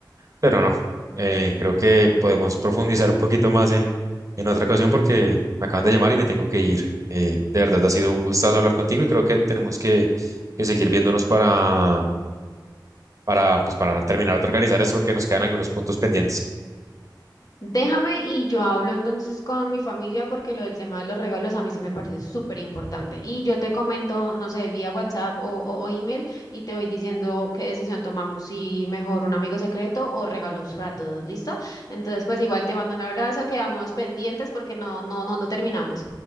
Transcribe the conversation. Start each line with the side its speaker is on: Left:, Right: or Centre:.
Right: Pero no, eh, creo que podemos profundizar un poquito más en, en otra ocasión porque me acaban de llamar y me tengo que ir. Eh, de verdad, ha sido un gustazo hablar contigo y creo que tenemos que, que seguir viéndonos para para, pues, para terminar de organizar esto porque nos quedan algunos puntos pendientes.
Left: Déjame y yo hablo entonces con mi familia porque lo del tema de los regalos a mí sí me parece súper importante. Y yo te comento, no sé, vía WhatsApp o, o, o email y te voy diciendo qué decisión tomamos, si mejor un amigo secreto o regalos para todos, ¿listo? Entonces, pues igual te mando un abrazo, quedamos pendientes porque no, no, no, no terminamos.